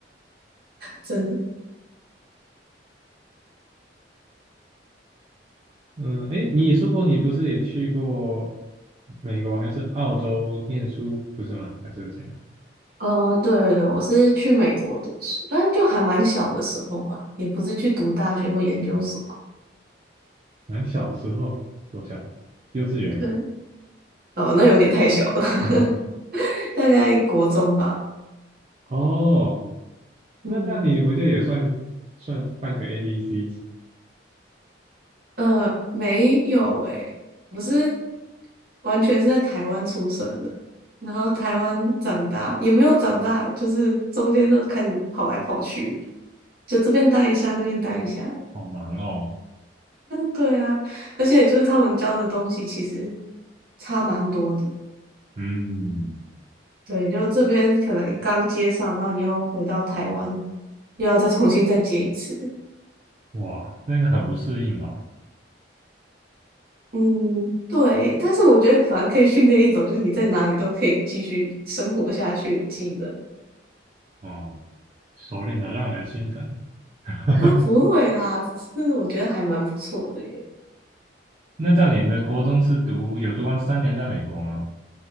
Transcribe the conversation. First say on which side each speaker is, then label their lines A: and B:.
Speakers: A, on the right; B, on the right.
A: 真的。
B: 嗯，诶，你也说过你不是也去过美国还是澳洲念书，不是吗？还是什么？
A: 呃，对对对，我是去美国读书，但是就还蛮小的时候吧，也不是去读大学或研究所，
B: 蛮小的时候，多小？幼稚园。
A: 可能哦，那有点太小了，
B: <laughs>
A: <laughs> 大概国中吧。
B: 哦，
A: 嗯，
B: 那那你不就也算算半个 ABC？
A: 呃，没有诶、我是完全是在台湾出生的，然后台湾长大，也没有长大，就是中间就看跑来跑去，就这边待一下，那边待一下。
B: 好忙哦。
A: 对啊，而且就是他们教的东西其实差蛮多的。
B: 嗯，
A: 对，就这边可能刚接上，然后你又回到台湾，又要再重新再接一次。
B: 哇，那个很不适应吧？
A: 嗯，对。但是我觉得反而可以训练一种，就是你在哪里都可以继续生活下去的技能。
B: 哦。熟练的让人心疼。<laughs>
A: 啊，不会啦，是我觉得还蛮不错的耶。
B: 那这样你的国中是读有读完三年在美国吗？